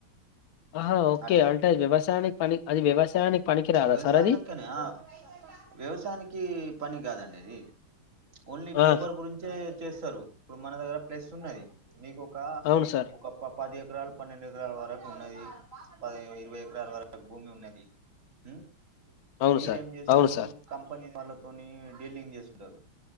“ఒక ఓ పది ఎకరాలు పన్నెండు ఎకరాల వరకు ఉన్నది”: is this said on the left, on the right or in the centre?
Right